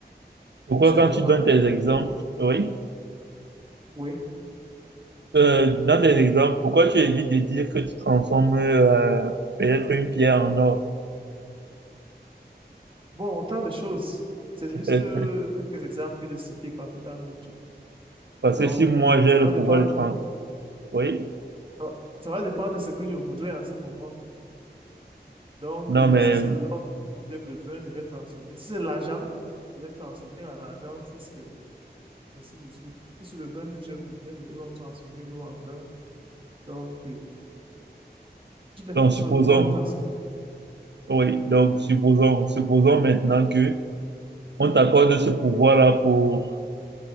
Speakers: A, on the right (about 80°); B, on the right (about 30°).
A: Pourquoi
B: c'est
A: quand
B: vraiment
A: tu donnes
B: des.
A: tes exemples, oui?
B: Oui.
A: Euh, dans des exemples, pourquoi tu évites de dire que tu transformes euh, peut-être une pierre en or?
B: Bon, autant de choses. C'est
A: <laughs>
B: juste euh, quelques exemples que de citer parmi tant d'autres.
A: Parce
B: Donc,
A: que si moi
B: euh,
A: j'ai
B: ça
A: le
B: va dépendre,
A: pouvoir de transformer, oui,
B: ça va ça va dépendre de ce que je voudrais en ce moment. Donc,
A: non
B: euh,
A: mais,
B: si c'est l'or que j'ai besoin, je vais transformer. Si c'est l'argent, je vais transformer en argent. Si c'est ainsi de suite. Si c'est le vin que j'ai besoin, je vais donc transformer l'eau en vin. Donc, euh, de toutes les
A: donc
B: façons,
A: supposons,
B: il faut pouvoir transformer.
A: oui, donc supposons, supposons maintenant que on t'accorde ce pouvoir-là pour,